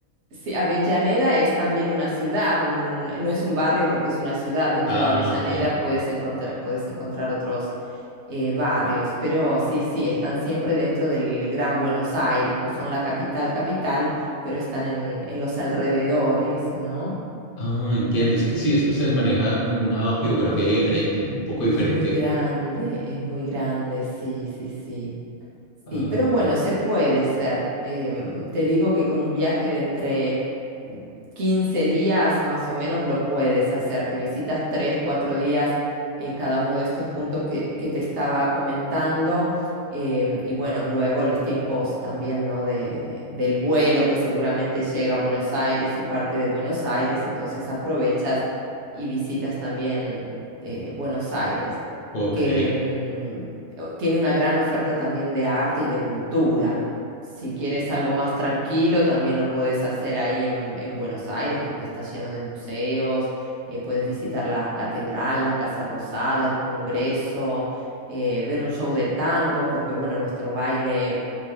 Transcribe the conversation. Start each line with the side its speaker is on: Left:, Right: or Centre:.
Right: sí, Avellaneda es también una ciudad, un- un- no es un barrio porque es una ciudad. Dentro
Left: Ah,
Right: de Avellaneda
Left: ok.
Right: puedes encontrar, puedes encontrar otros eh, barrios, pero sí, sí, están siempre dentro del Gran Buenos Aires, no son la capital, capital, pero están en, en los alrededores, ¿no?
Left: Ah, entiendo. Es que sí, es que ustedes manejan una geografía diferente, un poco diferente.
Right: Es muy grande, es muy grande, sí, sí, sí.
Left: Ah,
Right: Sí, pero bueno, se puede hacer. Em, te digo que con un viaje de entre mm, 15 días más o menos lo puedes hacer. Te visitas 3, 4 días eh, cada uno de estos puntos que, que te estaba comentando. Em, y bueno, luego los tiempos también, ¿no? De, del vuelo que seguramente llega a Buenos Aires y parte de Buenos Aires, entonces aprovechas y visitas también eh, Buenos Aires
Left: ok.
Right: que mm, tiene una gran oferta también de arte y de cultura. Si quieres algo más tranquilo, también lo podés hacer ahí en, en Buenos Aires porque está lleno de museos, eh, puedes visitar la catedral, la Casa Rosada, el Congreso, eh, ver un show de tango, porque bueno, nuestro baile